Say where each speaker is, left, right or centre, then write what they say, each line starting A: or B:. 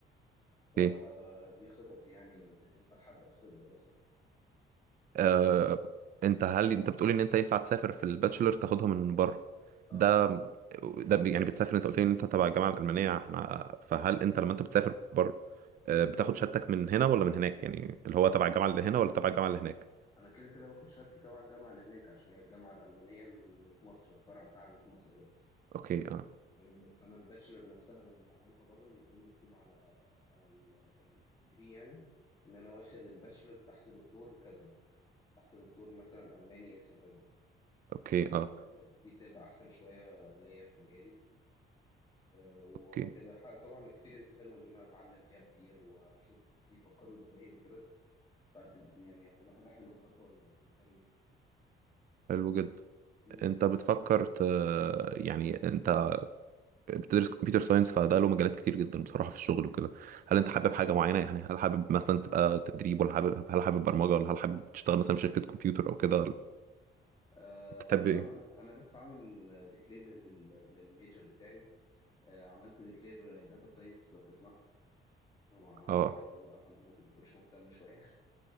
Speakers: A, on the left; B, on the right.
A: فدي
B: ايه
A: خططي يعني بالنسبة لحد آخر الدراسة
B: آه، انت هل انت بتقول ان انت ينفع تسافر في الباتشلر تاخدها من بره
A: اه
B: ده ده بي- يعني بتسافر انت قلت لي ان انت تبع الجامعه الالمانيه احنا فهل انت لما انت بتسافر بره آه، بتاخد شهادتك من هنا ولا من هناك يعني اللي هو تبع
A: آه،
B: الجامعه اللي هنا ولا تبع الجامعه اللي هناك
A: انا كده كده باخد شهادتي تبع الجامعه اللي هناك عشان هي الجامعه الالبانيه اللي في مصر الفرع بتاعها اللي في مصر بس
B: اوكي اه
A: فاهم؟ بس انا الباتشلر نفسها لما بعملها بره بيكون مكتوب على على ال- الديجري يعني ان انا واخد الباتشلر تحت دكتور كذا تحت دكتور مثلا الماني اسمه كذا
B: اوكي
A: فاهم
B: اه
A: ف- فدي بتبقى احسن شويه ليا في مجالي أه، وتبقى
B: اوكي
A: ح- طبعا اكسبيرينس حلو ان انا اتعلم فيها كتير واشوف بيفكروا ازاي وكده فهت يعني هتبقى حاجه حلوه خطوه في الكارير
B: حلو جدا
A: امم
B: انت بتفكر ت... يعني انت بتدرس كمبيوتر ساينس فده له مجالات كتير جدا بصراحة في الشغل وكده هل
A: اه
B: انت حابب
A: الصراحه
B: حاجة معينة يعني هل حابب مثلا تبقى تدريب ولا حابب هل حابب برمجة ولا هل حابب تشتغل مثلا في شركة كمبيوتر او كده
A: آه
B: انت تحب
A: لا
B: ايه
A: انا انا لسه عامل ديكلير للميجر بتاعي آه عملت ديكلير داتا ساينس لو تسمع أنا ما اعرفش
B: اه
A: طب بقى فانت ممكن تكونش مهتم شويه